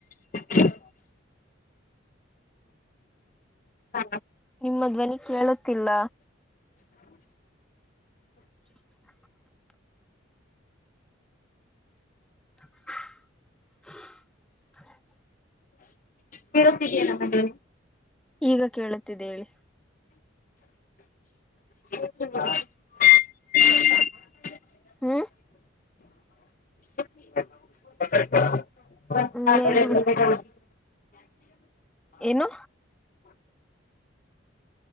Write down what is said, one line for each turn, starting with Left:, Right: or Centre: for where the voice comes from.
Left: ಹ ಹಾ
Centre: ನಿಮ್ಮ ಧ್ವನಿ ಕೇಳುತ್ತಿಲ್ಲ
Left: <unintelligible>
Centre: <unintelligible> <unintelligible>
Left: ಕೇಳುತ್ತಿದಲ್ಲ ಮದುವೆ
Centre: ಈಗ ಕೇಳುತ್ತಿದೆ ಹೇಳಿ
Left: <unintelligible>
Centre: ಹ್ಮ
Left: <unintelligible> <unintelligible>
Centre: ಹ್ಮ ಏನು